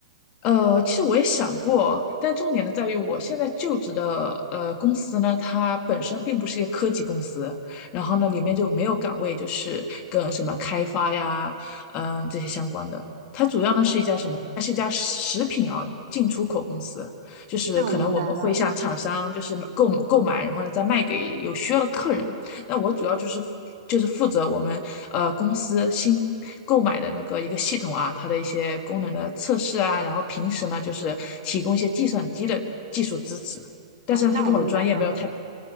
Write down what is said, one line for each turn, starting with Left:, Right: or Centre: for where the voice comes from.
Left: 呃，其实我也想过，但重点呢在于我现在就职的呃公司呢，它本身并不是一个科技公司，然后呢里面就没有岗位就是跟什么开发呀，嗯、这些相关的。它主要呢是一家什么？
Right: 啊，
Left: 它是一家食品啊进出口公司，就是可能我们会向厂商就是购购买，
Right: 那我明白了，
Left: 然后呢再卖给有需要的客人。那我主要就是就是负责我们呃公司新购买的那个一个系统啊，它的一些功能的测试啊，然后平时呢就是提供一些计算机的技术支持，但是呢它跟我的专业没有太。
Right: 啊，那我明白了。